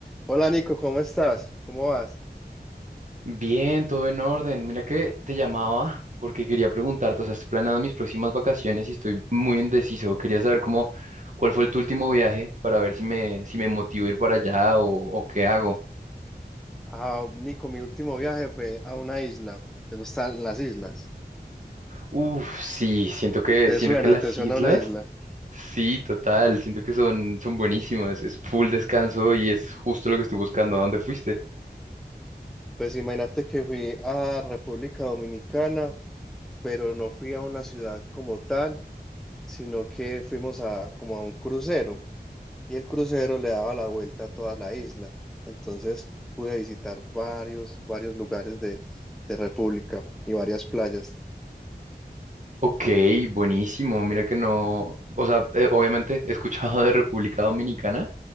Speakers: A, in the centre; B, on the right.
A: Hola Nico, ¿cómo estás? ¿Cómo vas?
B: Bien, todo en orden. Mira que te llamaba porque quería preguntarte, o sea, estoy planeando mis próximas vacaciones y estoy muy indeciso. Quería saber cómo, cuál fue el tu último viaje para ver si me, si me motivo a ir para allá o, o qué hago.
A: Ah, Nico, mi último viaje fue a una isla. ¿Te gustan las islas?
B: Uf, sí, siento que,
A: ¿Te
B: siento
A: suena?
B: que las
A: ¿Te suena
B: islas,
A: una isla?
B: sí, total, siento que son, son buenísimas. Es full descanso y es justo lo que estoy buscando. ¿A dónde fuiste?
A: Pues imagínate que fui a República Dominicana, pero no fui a una ciudad como tal, sino que fuimos a como a un crucero y el crucero le daba la vuelta a toda la isla. Entonces pude visitar varios, varios lugares de, de República y varias playas.
B: Ok, buenísimo. Mira que no, o sea, eh, obviamente he escuchado de República Dominicana